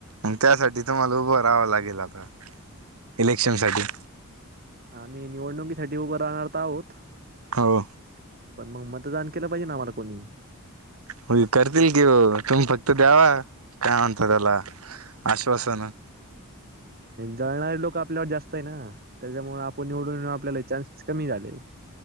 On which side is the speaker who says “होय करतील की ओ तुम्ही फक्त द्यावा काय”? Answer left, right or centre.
Right